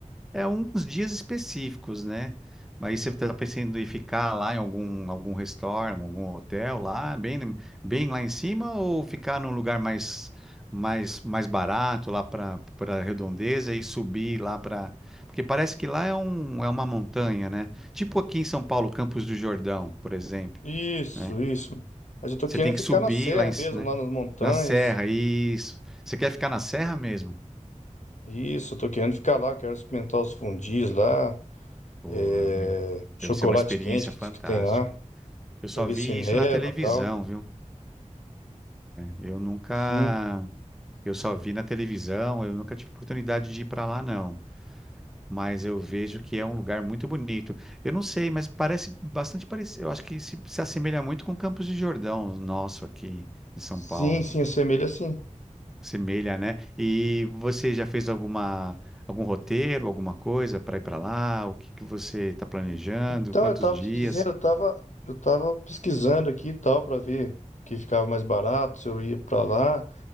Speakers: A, in the centre; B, on the left.
A: É uns dias específicos, né? Mas você está pensando em ficar lá em algum, algum restaurant, algum hotel lá, bem, bem lá em cima, ou ficar num lugar mais, mais, mais barato, lá para para redondeza e subir lá para. Porque parece que lá é, um, é uma montanha, né? Tipo aqui em São Paulo, Campos do Jordão, por exemplo,
B: Isso,
A: né?
B: isso. Mas eu tô
A: Você
B: querendo
A: tem
B: ficar
A: que subir
B: na serra
A: lá em, c-
B: mesmo,
A: né?
B: lá nas montanhas.
A: Na serra, isso. Você quer ficar na serra mesmo?
B: Isso, eu tô querendo ficar lá, quero experimentar os fundis lá,
A: Pô,
B: é,
A: meu,
B: chocolate
A: deve ser uma experiência
B: quente que,
A: fantástica.
B: que tem lá,
A: Eu só
B: pra ver
A: vi
B: se neva
A: isso na televisão,
B: tal.
A: viu? Eu nunca.
B: Sim,
A: Eu só vi na televisão, eu nunca tive oportunidade de ir para lá, não. Mas eu vejo que é um lugar muito bonito. Eu não sei, mas parece bastante parecido. Eu acho que se, se assemelha muito com Campos de Jordão, nosso aqui em São
B: sim,
A: Paulo.
B: sim, assemelha sim.
A: Semelha, né? E você já fez alguma, algum roteiro, alguma coisa para ir para lá? O que que você está planejando?
B: Então,
A: Quantos
B: eu tava
A: dias?
B: te dizendo, eu tava, eu tava pesquisando aqui e tal para ver o que ficava mais barato, se eu ia para lá.